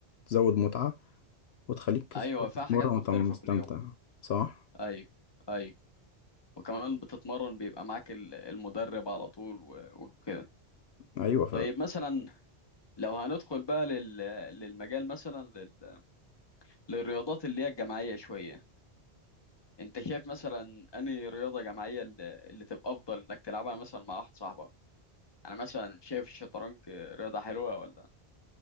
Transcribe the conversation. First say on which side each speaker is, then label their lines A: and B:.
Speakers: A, on the left (about 70°); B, on the left (about 25°).
A: هتزود متعه وتخليك
B: ايوه فيها
A: تتمرن
B: حاجات مختلفة
A: وانت مستمتع
B: كل يوم
A: صح
B: ايوه ايوه وكمان بتتمرن بيبقى معاك ال- المدرب على طول و... وكده
A: ايوه
B: طيب مثلا لو هندخل بقى لل... للمجال مثلا لل... للرياضات اللي هي الجماعية شوية انت شايف مثلا انهي رياضة جماعية اللي, اللي تبقى افضل انك تلعبها مثلا مع واحد صاحبك انا مثلا شايف الشطرنج رياضة حلوة ولا